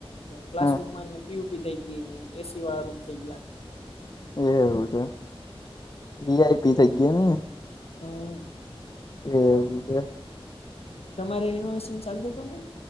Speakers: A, on the left (about 75°); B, on the left (about 40°).
A: તો ક્લાસ
B: હ
A: રૂમમાં ને પીયુપી થઈ ગઈ એસી વાળા રૂમ થઈ ગયા.
B: એવું છે વીઆઈપી થઈ ગયા ને
A: હા.
B: એવું છે.
A: તમારે રિનોવેશન ચાલતું હતું ને